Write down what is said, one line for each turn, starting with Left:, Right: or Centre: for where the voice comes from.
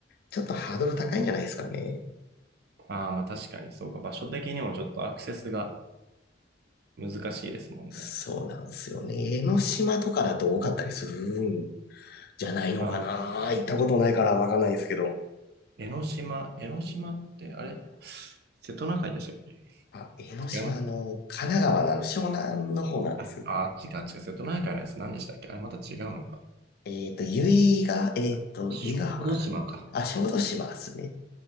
Left: ちょっとハードル高いんじゃないですかね。
Right: ああ、まあ確かに、そうか。場所的にもちょっとアクセスが難しいですもんね。
Left: そうなんですよね。江ノ島とかだと多かったりするんじゃないのかな。
Right: ああ、
Left: 行ったことないからわかんないですけど。
Right: 江ノ島、江ノ島って、あれ瀬戸内海でしたっけ
Left: あ、江ノ島の、
Right: 違いますね
Left: 神奈川のあの湘南の方なんです。
Right: あ、あ、違う違う。瀬戸内海のやつ何でしたっけあれまた違うのか。
Left: えっと、由比が、えっと、
Right: あ小豆島か。
Left: 由比ヶ浜だったかな。あ、小豆島ですね。